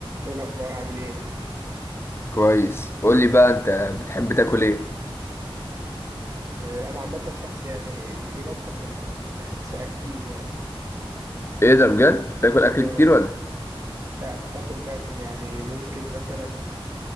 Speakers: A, on the right; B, on the left.
A: ايه الاخبار عامل ايه
B: كويس قول لي بقى انت بتحب تاكل ايه
A: آه، انا عامه شخص يعني يلقب بالأ- بان شخص اكيل يعني
B: ايه ده بجد تاكل اكل
A: آه،
B: كتير ولا إيه؟
A: باكل باكل يعني ممكن مثلا